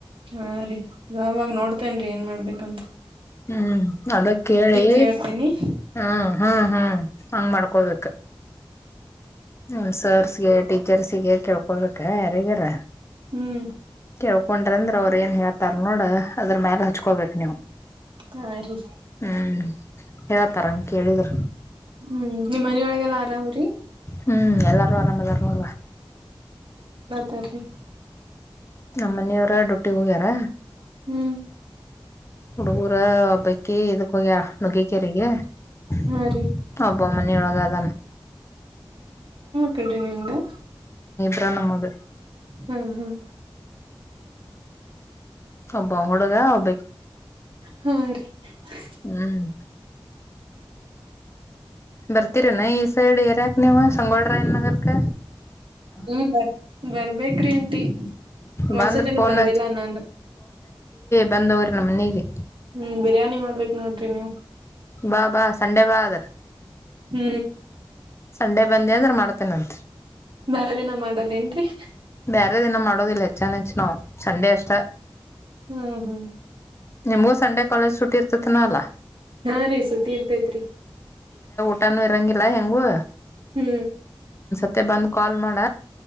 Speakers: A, on the right; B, on the left.
A: ಆ ರೀ ನಾವಾಗ್ ನೋಡ್ತೇನ್ರರಿ ಏನ್ ಮಾಡ್ಬೇಕ್ ಬೇಕಂತ
B: ಹ್ಮ್ ಅದ ಕೇಳಿ
A: ಕೇಳ್ತೇನಿ
B: ಹ್ಮ್ ಹ್ಮ್ ಹ್ಮ್ ಹಂಗ್ ಮಾಡ್ಕೋಬೆಕ್ ಹ್ಮ ಸರ್ ಸ್ ಗೇ ಟೀಚರ್ಸ್ಗೆ ಕೇಳ್ಕೊಬೇಕ ಯಾರಿಗ್ಯಾರ
A: ಹ್ಮ್
B: ಕೇಳ್ಕೊಂಡ್ರ ಅಂದ ಅವ್ರ ಏನ್ ಹೇಳ್ತಾರ ನೋಡದಾ ಅದ್ರ ಮ್ಯಾಲ್ ಹಚ್ಕೊಬೇಕು ನೀವು
A: ಹಾ ರೀ
B: ಹ್ಮ್ ಯ ತರಂಗ್ ಕೇಳಿದ್ರ
A: ಹ್ಮ್ ನಿಮ್ ಮನೆಯೋಲಗಿಲ್ಲ ಆರಾಮ್ ರಿ
B: ಹ್ಮ್ ಎಲ್ಲರ್ ಎಲರು ಆರಾಮಾಗಿದರ್ ನೋಡುವ
A: ತರೀ
B: ನಮ್ಮನೆಯವರ ಡ್ಯೂಟಿಗ್ ಹೋಗ್ಯಾರ
A: ಹ್ಮ್
B: ಹುಡುಗುರ ಹಬ್ಬಕ್ಕಿ ಇದು ಹೋಗ್ಯ ನುಗ್ಗಿಕೇರಿಗೆ <inaudible>
A: ಹಾ ರೀ
B: ಒಬ್ಬಮ್ಮನೆಯೊಗ ಅದಾನ
A: ಕರಡಿ ನಿಮ್ದಾ
B: ತ ನಮ್ಮದು
A: ಹ್ಮ ಹ್ಮ್
B: ಒಬ್ಬ ಹುಡುಗ ಒಬ್
A: ಹಾ ರೀ <inaudible>
B: ಹ್ಮ್ ಬರ್ತ ತಿರನ್ ಈ ಸೈಡ್ ಎರಾಕ್ ನೀವಾನ್ ಸಂಗೋಳ ರಾಯ ನಗರ್ ಕ
A: ಹ್ಮ್ ಬರ್ ಬರ್ಬೇಕ್ರೀಂತಿ ಮಂಸತನೂ
B: ಬಂದ್ರ ಫೋನ್
A: ಬಂದಿಲ್ಲ ನಾನ್
B: ಬಂದವ್ರ ನಮ್ಮ ಮನೆಗೆ
A: ಹ್ಮ್ ಬಿರಿಯಾನಿ ಮಾಡ್ಬೇಕ್ ನೋಡ್ರಿ ನೀವ್
B: ಬಾ ಬಾ ಸಂಡೆ ಬಾ ಅದ್ರ
A: ಹ್ಮ್
B: ಸಂಡೆ ಬಂದಿ ಅಂದ್ರೆ ಮಾಡ್ತೇನೆಂತೆ
A: ಮರ ದಿನ ಮಾಡದೇಏನ್ರಿ
B: ಯ್ಯಾರ ದಿನ ಮಾಡೋದಿಲ್ಲ ಚೆ ಹೆಚ್ ನಾವು ಸಂಡೆ ಅಷ್ಟ
A: ಹ್ಮ್ ಹ್ಮ್
B: ನಿಮ್ಗೂ ಸಂಡೆ ಕಾಲೇಜ್ ಶುಟ್ಟಿ ಇರ್ತತನ ಅಲ್ಲಾ
A: ಹಾ ರೀ ಸುತಿ ಇರ್ತೇತ್ರಿ
B: <inaudible> ನೂ ಇರಂಗಿಲ್ಲ ಹೆಂಗು
A: ಹ್ಮ್
B: ಮತ್ತೆ ಬಂದು ಕಾಲ್ ಮಾಡ